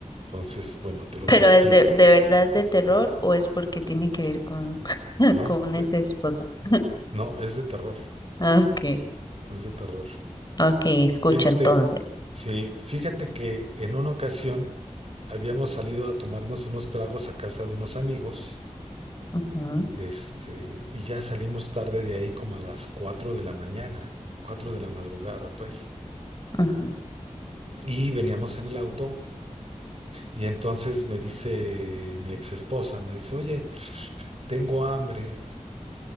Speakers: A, on the right; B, on the left.
A: Entonces, bueno, te lo
B: ¿Pero
A: platico,
B: es de, de verdad de terror o es porque tiene que ver con, <laughs>
A: ¿no?
B: con una
A: Eh,
B: ex esposa? <laughs>
A: no, es de terror,
B: Ah, Ok,
A: es de terror.
B: ok, escucho
A: Fíjate,
B: entonces.
A: sí, fíjate que en una ocasión habíamos salido a tomarnos unos tragos a casa de unos amigos,
B: Ujú,
A: este, y ya salimos tarde de ahí como a las 4 de la mañana, 4 de la madrugada, pues.
B: ujú,
A: Y veníamos en el auto y entonces me dice mi ex esposa, me dice, oye, tengo hambre,